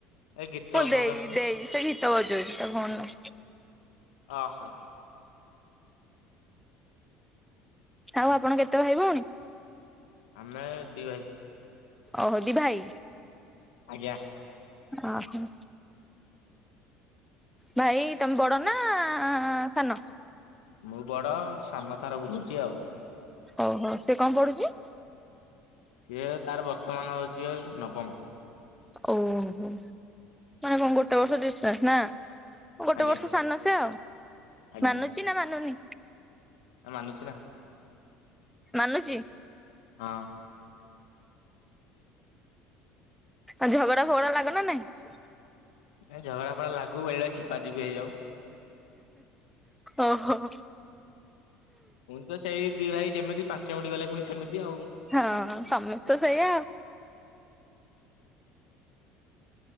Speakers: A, on the left; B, in the centre.
A: ଏ ଗୀତ
B: ମୋ ଦେଇ
A: ସାଉଣ୍ଡ ଆସୁଛି
B: ଦେଇ ସେ ଗୀତ ବଜାଉଛି ତା ଫୋନରେ।
A: ଓହୋ।
B: ଆଉ ଆପଣ କେତେ ଭାଇ ଭଉଣୀ?
A: ଆମେ ଦୁଇ ଭାଇ
B: ଓହୋ ଦି ଭାଇ।
A: ଆଜ୍ଞା।
B: ଓହୋ। ଭାଇ ତମେ ବଡ ନା ସାନ?
A: ମୁଁ ବଡ ସାନ ତାର ବୁଲୁଚି ଆଉ।
B: ଓହୋ ସେ କଣ ପଢୁଚି?
A: ସିଏ ତାର ବର୍ତ୍ତମାନ ହଉଚି ନବମ।
B: ଓହୋ ମାନେ କଣ ଗୋଟେ ବର୍ଷ ଡିସାନ୍ସ ନା? ଗୋଟେ
A: ଆଜ୍ଞା
B: ବର୍ଷ ସାନ ସେ ଆଉ।
A: ଆଜ୍ଞା
B: ମାନୁଚି ନା ମାନୁନି?
A: ମାନୁଛି ନା
B: ମାନୁଚି?
A: ହଁ
B: ଆଉ ଝଗଡା ଫଗଡା ଲାଗ ନା ନାଇଁ?
A: ଏ ଝଗଡା ଫଗଡା ଲାଗୁ ବେଳେବେଳେ ଚିପାଚିପି ହେଇଯାଉ।
B: ଓହୋ।
A: ପୁଣି ତ ସେଇ ଦି ଭାଇ ଯେମିତି ପାଞ୍ଚ ମିନିଟ ଗଲେ ପୁଣି ସେମିତି ଆଉ।
B: ହଁ ସମସ୍ତେ ତ ସେଇଆ ଆଉ।